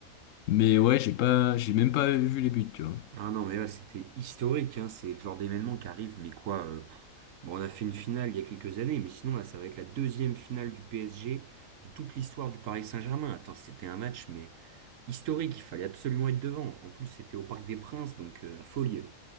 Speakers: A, on the left; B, on the right.
A: mais ouais, j'ai pas, j'ai même pas vu les buts, tu vois.
B: Ah non mais là c'était historique, hein. C'est le genre d'événement qui arrive, mais quoi euh, pff. Bon on a fait une finale il y a quelques années, mais sinon là ça va être la deuxième finale du PSG de toute l'histoire du Paris Saint-Germain. Attends, c'était un match mais historique, il fallait absolument être devant. En plus c'était au Parc des Princes, donc euh, la folie.